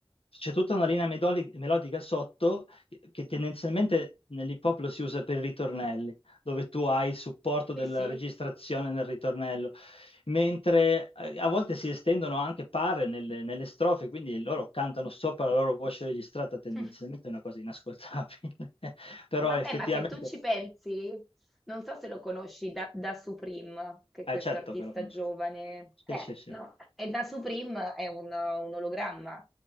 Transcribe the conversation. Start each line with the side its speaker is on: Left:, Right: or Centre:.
Left: C'è tutta una linea medoli- melodica sotto che, che tendenzialmente nell'hip hop lo si usa per i ritornelli, dove tu hai il supporto della
Centre: Sì, sì.
Left: registrazione nel ritornello mentre eh, a volte si estendono anche pare nelle, nelle strofe, quindi loro cantano sopra la loro voce registrata, tendenzialmente
Centre: <laughs>
Left: è una cosa inascoltabile, <laughs> però
Centre: Vabbè,
Left: effettivamente,
Centre: ma se tu ci pensi, non so se lo conosci da, da Supreme, che è
Left: eh,
Centre: questo
Left: certo
Centre: artista
Left: che lo conosco.
Centre: giovane.
Left: Sì,
Centre: Eh,
Left: sì, sì.
Centre: no, e da Supreme è un, un ologramma.